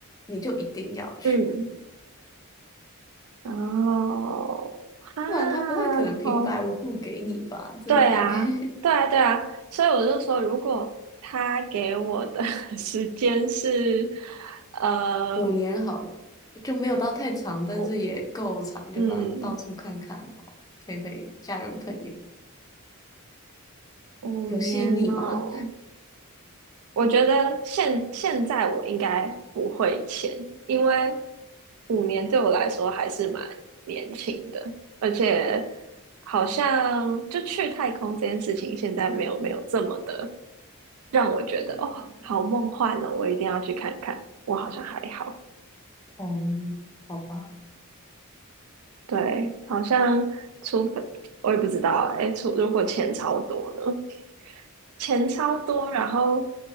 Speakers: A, on the left; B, on the right.
A: 你就一定要去，
B: 嗯，然后哈，
A: 不然他不太可能平白无故给你吧？
B: 好，
A: 这一台
B: 对啊，
A: <laughs>
B: 对啊，对啊，所以我就说，如果他给我的 <laughs> 时间是，呃，
A: 五年好了，就没有到太长，
B: 我
A: 但是也够长，就让你到处看看，
B: 嗯。
A: 然后陪陪家人朋友，
B: 五年哦，
A: 有吸引力吗？
B: 我觉得现现在我应该不会签，因为五年对我来说还是蛮年轻的，而且好像就去太空这件事情，现在没有没有这么的让我觉得哦，好梦幻哦，我一定要去看看。我好像还好，
A: 哦，好吧，
B: 对，好像除非我也不知道哎，除如果钱超多呢？钱超多，然后